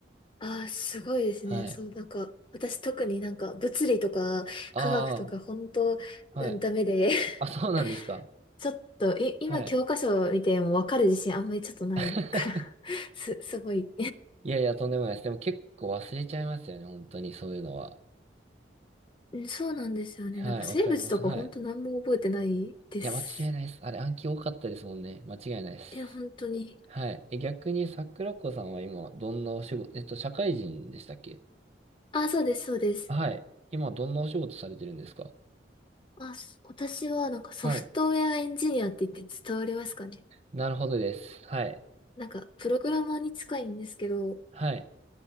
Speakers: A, on the left (about 30°); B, on the right (about 35°).
A: ああ、すごいですね。
B: はい。
A: そう、なんか、私特になんか物理とか科学とか本当、
B: ああ、
A: うん、
B: はい。
A: ダメで、<laughs>
B: あ、そうなんですか。
A: ちょっと、い、今教科書見てもわかる自信あんまりちょっとないから、
B: はい。<laughs>
A: <laughs> す、すごい。
B: いやいや、とんでもないです。でも結構忘れちゃいますよね。本当にそういうのは。
A: うんそうなんですよね。
B: はい、
A: なんか生物とか本当何も覚えてないです。
B: わかります。はい。いや、間違いないです。あれ暗記多かったですもんね。間違いないです。
A: いや、本当に。
B: はい。え、逆に桜子さんは今、どんなお仕事、えっと、社会人でしたっけ
A: あ、そうです、そうです。
B: はい。今、どんなお仕事されてるんですか
A: あ、す私はなんかソフトウェアエンジニアって言って伝わりますかね。
B: はい。なるほどです。はい。
A: なんかプログラマーに近いんですけど、
B: はい。